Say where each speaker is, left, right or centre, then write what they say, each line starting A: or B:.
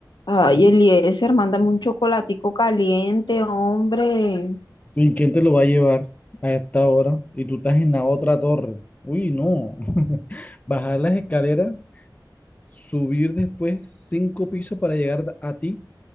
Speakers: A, on the left; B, on the left.
A: Ay, Eliezer, mándame un chocolatico caliente, hombre.
B: Sí, ¿quién te lo va a llevar a esta hora? Y tú estás en la otra torre. Uy, no. <laughs> Bajar las escaleras, subir después cinco pisos para llegar a ti.